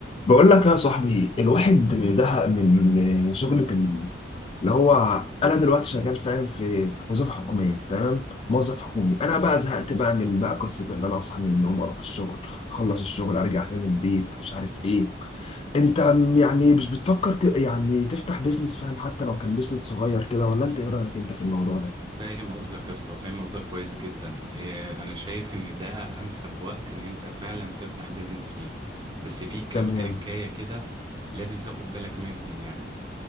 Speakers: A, on the left; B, on the right.
A: بقول لك يا صاحبي الواحد زهق من شغلة ال- اللي هو انا دلوقتي شغال فاهم في وظيفة حكومية تمام موظف حكومي انا بقى زهقت بقى من بقى قصة ان انا اصحى من النوم اروح الشغل اخلص الشغل ارجع تاني البيت مش عارف ايه انت م- يعني مش بتفكر ت... يعني تفتح بيزنس فاهم حتى لو كان بيزنس صغير كده ولا انت ايه رأيك انت في الموضوع ده
B: فاهم قصدك يا اسطى فاهم قصدك كويس جدا إيه انا شايف ان ده انسب وقت ان انت فعلا تفتح بيزنس فيه بس في كام
A: تمام
B: تريكاية كده لازم تاخد بالك منهم يعني